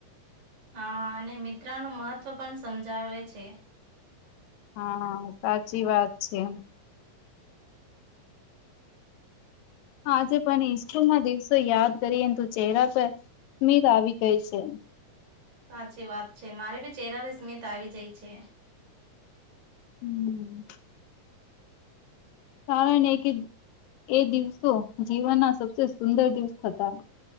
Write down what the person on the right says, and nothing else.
હા અને મિત્ર નું મહત્ત્વ પણ સમજાવે છે.
સાચી વાત છે. મારે ભી ચહેરા પે સ્મિત આવી જાય છે.